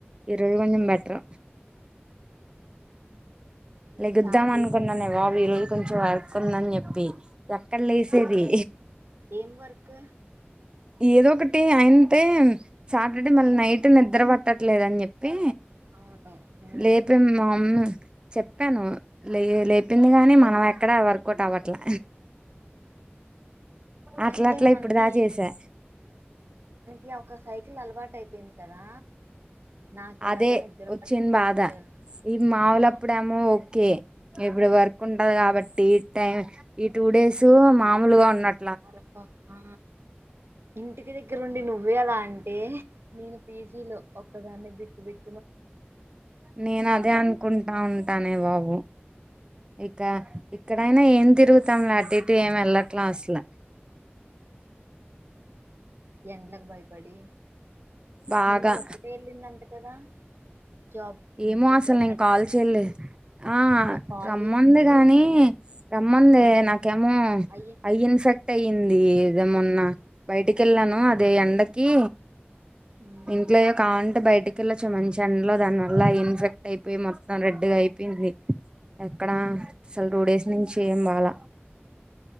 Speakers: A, on the right; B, on the right.
A: ఈ రోజు కొంజం బెట్ర్ లెగుద్దాం
B: ఈ శాలరీ
A: అనుకున్నానే
B: పడింది కదా
A: బాబు ఈ రోజు కొంచెం వరక్కుందని జెప్పి య కళ్ళె సేది
B: ఏం వర్క్
A: ఏదో ఒకటి అయింటే సాటర్ డే మళ్ళి నైట్ నిద్ర పట్టట్లేదని జెప్పి
B: అవును ఉమ్
A: లేపి మామ్మ చెప్పాను లే లేపింది కాగాని మనం ఎక్కడ వర్కౌట్ అవ్వట్లే అట్లా
B: అంటే
A: అట్లా
B: మనకి
A: ఇప్పుడు దా చేసా
B: ఇ ఒక సైకిల్ అలవాటు అయిపోయింది కదా నాకు ఎలాగో
A: అదే
B: నిద్ర
A: వచ్చిన్
B: పట్టలేదు
A: బాధ
B: తెల్
A: ఈ మాములప్పుడేమో
B: ఆ
A: ఓకే ఇప్పుడు వర్క్ ఉంటది కాబట్టి టైం ఈ టూ డేస్ మామూలుగా ఉన్నట్
B: అర ఓ ఆ ఇంటికి దగ్గర ఉండి నువ్వే అలా అంటే నేను పీజీ లో ఒక్కదాన్ని బిక్కుబిక్
A: నేను అదే
B: పరిస్థితి
A: అనుకుంటా ఉంటానే బాబు ఇక ఇక్కడైనా ఏం తిరుగుతాంలే అటు ఇటు ఏం వెళ్లట్లా అసలు
B: ఎండ్లకు భయపడి
A: బాగా
B: నిన్న అది ఒక్కటే ఎల్లిందంట కదా జాబ్
A: ఏమో
B: రిక్వైర్మెంట్
A: అసలు నేను కాల్
B: కి
A: చెయలే ఆ
B: నాకు కాల్
A: రమ్మంది
B: చేసింది
A: గానీ రమ్మంది
B: ఉమ్
A: నాకేమో
B: అయ్యి
A: ఐ ఇన్ఫెక్ట్ అయ్యింది ఇదే మొన్న బయటికి వెళ్ళాను అదే ఎండకి
B: ఉమ్
A: ఇంట్లోయ్యో కావంటే బయటికి కిలో చ మంచి ఎండలో దాని అలా ఇన్ఫెక్ట్ అయిపోయి మొత్తం రెడ్గా అయిపోయింది ఎక్కడ అసలు రూడేస్ నుంచి ఏమ్ బాలా